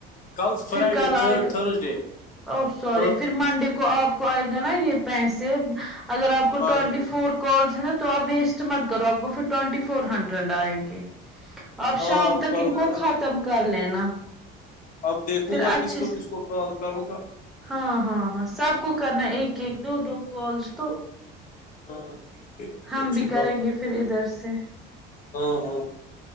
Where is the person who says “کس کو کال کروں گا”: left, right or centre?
Left